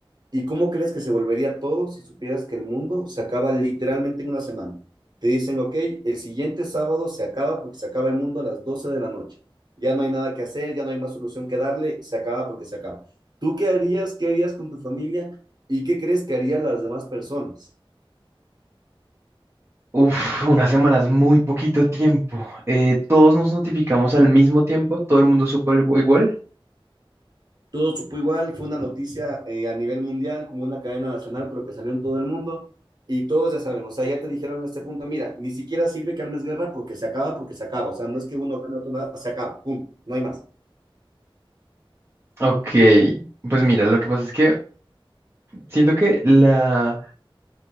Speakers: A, on the right; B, on the right.
A: ¿Y cómo crees que se volvería todo si supieras que el mundo se acaba literalmente en una semana? Te dicen, ok, el siguiente sábado se acaba porque se acaba el mundo a las 12 de la noche. Ya no hay nada que hacer, ya no hay más solución que darle, se acaba porque se acaba. ¿Tú qué harías? ¿Qué harías con tu familia? ¿Y qué crees que harían las demás personas?
B: Uf, unas semanas, muy poquito tiempo. Eh, todos nos notificamos al mismo tiempo. Todo el mundo supo algo igual.
A: Todo supo igual, fue una noticia eh, a nivel mundial, como una cadena nacional, pero que salió en todo el mundo. Y todos ya saben, o sea, ya te dijeron en este punto, mira, ni siquiera sirve que armes guerra porque se acaba, porque se acaba. O sea, no es que uno gane otro nada, se acaba, pum, no hay más.
B: Ok, pues mira, lo que pasa es que siento que la